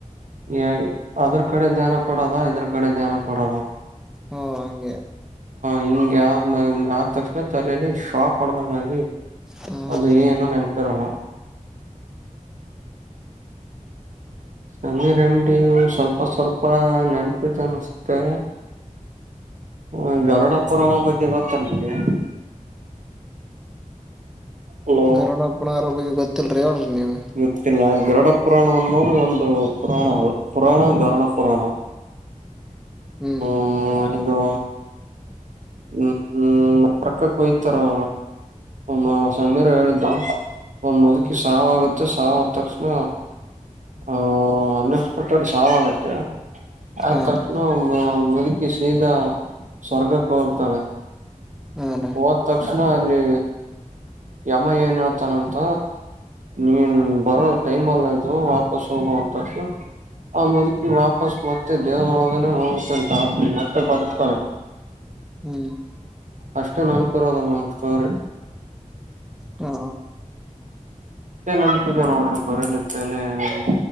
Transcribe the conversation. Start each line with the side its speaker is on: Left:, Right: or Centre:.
Right: ಏಯ್ ಅದ್ರ ಕಡೆ ಧ್ಯಾನ ಕೊಡದ ಇದ್ರ ಕಡೆ ಧ್ಯಾನ ಕೊಡದ.
Centre: ಹೋ ಹಂಗೆ.
Right: ಹೀಗೆ ಆದ್ ಮ್ಯಾ ಆದ್ ತಕ್ಷಣ ತೆಲೆಯಲ್ಲಿ ಶಾಕ್ ಹೊಡದಂಗ್ ಆಗಿ
Centre: ಹ್ಞೂ
Right: ಅದು ಏನು ನೆನಪ್ ಬರಲ್ಲ. ಸಮೀರ್ ಎಂ ಡಿ ಸ್ವಲ್ಪ ಸ್ವಲ್ಪ ನೆನಪಿದಾನಷ್ಟೇ. ಹ್ಮ್ ಗರುಡ ಪುರಾಣ ಬಗ್ಗೆ ಗೊತ್ತಾ ನಿಮ್ಗೆ. ಹಲೋ
Centre: ಗರುಡ ಪುರಾಣದ ಬಗ್ಗೆ ಗೊತ್ತಿಲ್ರಿ ಹೇಳ್ರಿ ನೀವೇ.
Right: ಗೊತ್ತಿಲ್ವಾ ಗರುಡ ಪುರಾಣ ಅನ್ನೋದು ಒಂದು ಪುರಾಣ ಪುರಾಣ ಗರುಡ ಪುರಾಣ.
Centre: ಹ್ಮ್.
Right: ಹ್ಮ್ ಇದು ಹ್ಮ್ ಪಕ್ಕಾ ಕೊಯ್ತಾರೋ ಇದು ಸಮೀರ್ ಹೇಳಿದ್ದು. ಒಂದ್ ಮುದುಕಿ
Centre: ಹ್ಮ್
Right: ಸಾವಾಗು ಸಾವ್ ಆದ ತಕ್ಷಣ ಆ ಅನ್ಎಕ್ಸ್ಪೆಕ್ಟೆಡ್ ಸಾವಾಗುತ್ತೆ. ಆದ್
Centre: ಹಾ
Right: ತಕ್ಷಣ
Centre: ರೀ
Right: ಮುದಕಿ ಸೀದಾ ಸ್ವರ್ಗಕ್ ಹೋಗ್ತಾಳೆ.
Centre: ಹಾ ರೀ
Right: ಹೋದ್ ತಕ್ಷಣ ಅಲ್ಲಿ. ಯಮ ಏನ್ ಹೇಳ್ತಾನಂತ ನೀನು ಬರೊ. ಟೈಮ್ ಅಲ್ಲ ಇದು ವಾಪಸ್ ಹೋಗುವಂತದ್ದು. ಆ ಮುದುಕಿ ವಾಪಸ್ ಮತ್ತೆ ದೇವಗಳೊಳಗನೆ ಹೋಗ್ತಂತ ಆತ್ಮ ಮತ್ತೆ ಬದುಕ್ತಾಳೆ.
Centre: ಹ್ಮ್.
Right: ಅಷ್ಟೇ ನೆನಪು ಇರೋದು ನಮಗ ಸ್ಟೋರಿ.
Centre: ಹ.
Right: ಏ ನೆನಪು ಇದೆ ನೋಡ್ರಿ ಬರೆ ನಿಮ್ಮ ತೆಲೆಯಲ್ಲಿ.